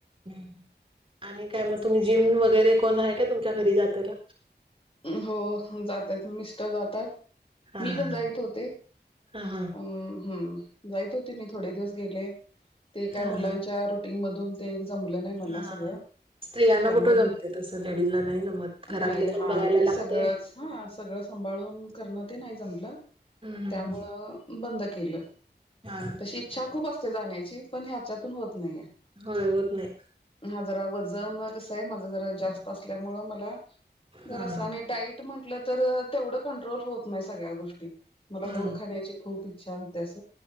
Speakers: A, on the right (about 30°); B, on the left (about 30°).
A: ह् आणि काय मग तुम्ही जिम वगैरे कोण आहे का तुमच्या घरी जातेल.
B: हो जातात मिस्टर जातात.
A: हा
B: मी
A: हा
B: पण जाईत होते.
A: हा हा
B: अम्म. हम्म. जाईत होती मी थोडे दिवस गेले ते काय
A: हा
B: मुलांच्या
A: हा
B: रूटी ग मधून ते जमलं नाही
A: हा
B: मला
A: हा.
B: सगळं
A: स्त्रियांना
B: त्यामुळे
A: कुठं जमते. तसं लेडीजला नाही जमत.
B: मी
A: घरातलं
B: नाही
A: पण
B: हा
A: बघायला
B: ते
A: लागतय.
B: सगळंच हा सगळं सांभाळून करणं ते नाही जमलं
A: हम्म हम्म
B: त्यामुळं बंद केलं.
A: हा
B: तशी इच्छा खूप असते जाण्याची पण हेच्यातून होत नाहीये.
A: होय होत नाही.
B: हा. जरा वजन कसं आहे. माझं जरा जास्त असल्यामुळे मला जरासं
A: हा हा
B: डाईट म्हटलं तर, तेवढं कंट्रोल होत नाही सगळ्या गोष्टी. मला
A: हम्म
B: गोड खाण्याची खूप इच्छा होते अस.